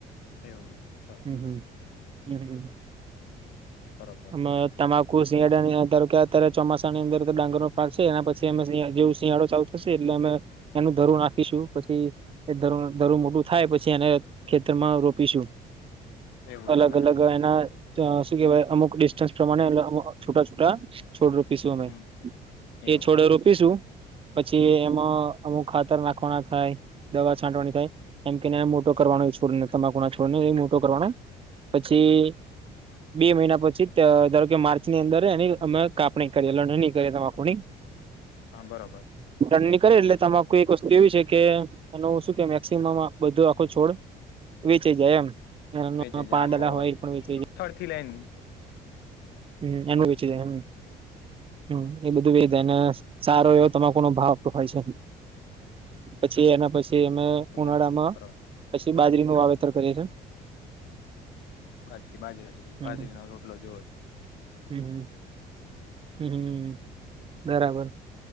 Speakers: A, on the left; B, on the right.
A: અયવગવું શોણો
B: હમ
A: <inaudible>
B: હમ. આમાં.
A: ચાલો બરોબર
B: તમાકુ શિયાળા ના આધાર તારે ચમાસા આ ડાંગરો. પાકશે છે એના પછી અમે જેવ શિયાળો ચાલુ થશે એટલે અમે એનું ધરો નાખીશું પછી એ ઘરુ ઘરુ મોટું થાય પછી એ ખેતરમાં રોપીશું
A: એવું
B: અલગ
A: એવું હેને
B: અલગ એના શું કેવાય અમુક ડિસ્ટસ પ્રમાણે છૂટા છોટા છોડ રોપીશું અમે.
A: હમ
B: એ
A: એવું
B: છોડે રોપીશું પછી એમાં અમુક ખાતર નાખવાના થાય. દવા છાંટવાની થાય કેમ કેને મોટો કરવાનો હોય છોડને તમાકુના છોડ મોટો કરવાનો. પછી. બે મહિના પછી ધારો કે માર્ચની અંદર એની અમે કાપણી કરી. નહીં તમા <inaudible> કોણી
A: હા બરોબર
B: કરીળી કરે એટલે તમારું એક વસ્તુ એવી છે કે. એનો હું શું કે મેક્સિમમ બધું આખો છોડ વેચી જાય એમ. એમના
A: વેચે છે
B: પાંદડા
A: આખો
B: હોય એ પણ વેચીય જાય.
A: થડ થી લ‌ઈન.
B: હમ એનું વિચી એમ. હમ એ બધું વેધાય ને સારો એવો તમાકુ નો ભાવ હોય છે. પછી એના પછી અમે
A: એવું
B: ઉનાળામાં
A: હોય ને બરોબર
B: પછી બાજરીનું વાવેતર કરીએ છી.
A: બાજરી બાજરી બારી
B: હમ
A: બાજરી ના રોટલો જોવો છે.
B: હમ હમ હમ બરાબર.